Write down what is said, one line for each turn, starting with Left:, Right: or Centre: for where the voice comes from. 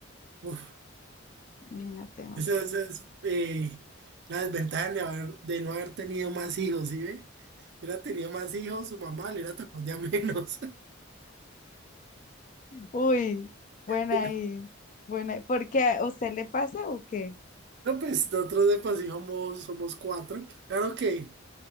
Right: Uf,
Left: Imagínate vos.
Right: esa, esa es eh, la desventaja de, haber- de no haber tenido más hijos, ¿sí ve? si Hubiera tenido más hijos, su mamá le hubiera tocado ya menos.
Left: Uy, buena
Right: <laughs>
Left: ahí. Buena ahí. ¿Por qué? ¿A usted le pasa o qué?
Right: No, pues nosotros de por sí somos, somos cuatro. Claro que